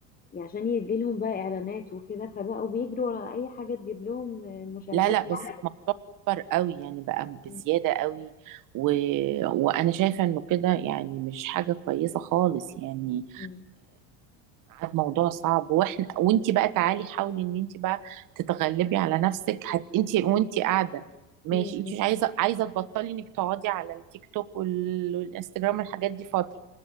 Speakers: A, on the left (about 20°); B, on the right (about 55°).
A: يعني عشان يجيلهم بقى اعلانات وكده فبقوا بيجروا ورا اي حاجة تجيب لهم مشاهدات
B: لا لا بس
A: عالية.
B: الموضوع كبر قوي يعني بقى بزياده
A: مم.
B: قوي و... وانا شايفه انه كده يعني مش حاجه كويسه خالص يعني
A: مم.
B: عاد موضوع صعب واحنا وانت بقى تعالي حاولي ان انت بقى تتغلبي على نفسك هت انت وانت قاعده ماشي
A: مم.
B: انت مش عايزه عايزه تبطلي انك تقعدي على التيك توك وال- والانستجرام والحاجات دي فتره